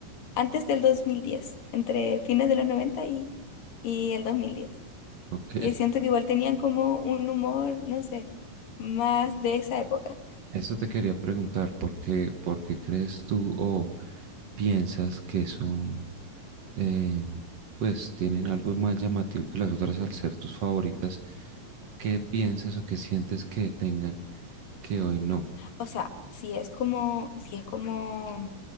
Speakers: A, on the left; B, on the right.
A: antes del 2010, entre fines de los 90 y, y el 2010,
B: Ok,
A: que siento que igual tenían como un humor, no sé, más de esa época.
B: eso te quería preguntar, ¿por qué, por qué crees tú o piensas que son? eh, pues tienen algo más llamativo que las otras al ser tus favoritas. ¿Qué piensas o qué sientes que tengan que hoy no?
A: O sea, si es como, si es como